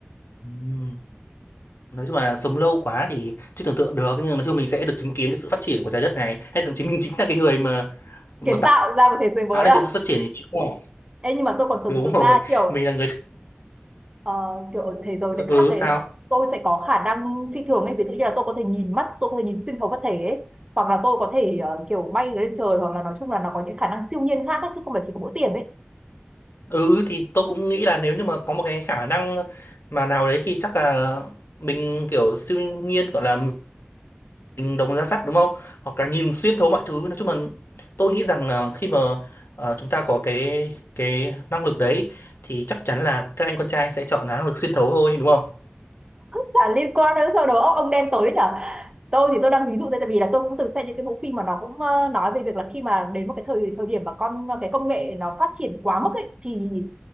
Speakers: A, on the left; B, on the right.
A: Ừm. nói chung là sống lâu quá thì chưa tưởng tượng được nhưng nói chung mình sẽ được chứng kiến cái sự phát triển của trái đất này hay thậm chí mình chính là cái người mà mà
B: kiến tạo ra một thế giới mới
A: tạo nên
B: à
A: cái sự phát triển thì Đúng rồi
B: Ê, nhưng mà tôi còn tưởng
A: Đúng
B: tượng
A: rồi.
B: ra kiểu
A: mình là người
B: ờ, kiểu ở thế giới
A: ừ
B: đấy khác đấy
A: sao
B: tôi sẽ có khả năng phi thường ấy ví dụ như là tôi có thể nhìn mắt tôi có thể nhìn xuyên thấu vật thể ấy hoặc là tôi có thể ờ, kiểu bay lên trời hoặc là nói chung là nó có những khả năng siêu nhiên khác ấy, chứ không phải chỉ có mỗi tiền ấy
A: ừ thì tôi cũng nghĩ là nếu như mà có một cái khả năng mà nào đấy thì chắc là mình kiểu siêu nhiên gọi là mình đồng ra sắt đúng không hoặc là nhìn xuyên thấu mọi thứ nói chung là tôi nghĩ rằng là khi mà ờ, chúng ta có cái cái năng lực đấy thì chắc chắn là các anh con trai sẽ chọn năng lực xuyên thấu thôi đúng không
B: chả liên quan đến sau đó ông, đen tối nhở tôi thì tôi đang ví dụ đây tại vì là tôi cũng từng xem những cái bộ phim mà nó cũng ờ, nói về việc là khi mà đến một cái thời thời điểm mà con cái công nghệ nó phát triển quá mức ấy thì